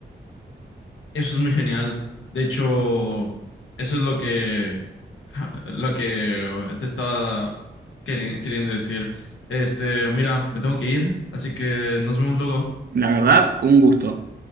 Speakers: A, on the left; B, on the right.
A: Eso es muy genial. De hecho, eso es lo que, ja, lo que te estaba queri- queriendo decir. Este, mira, me tengo que ir, así que nos vemos luego.
B: La verdad, un gusto.